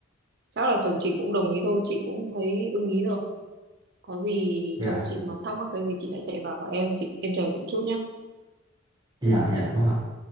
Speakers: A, on the right; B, on the right.
A: Chắc là chồng chị cũng đồng ý thôi, chị cũng thấy ưng ý rồi. Có gì
B: Dạ.
A: chồng chị mà thắc mắc cái gì chị lại chạy vào hỏi em, chị em chờ chị chút nhá.
B: Dạ dạ vâng ạ.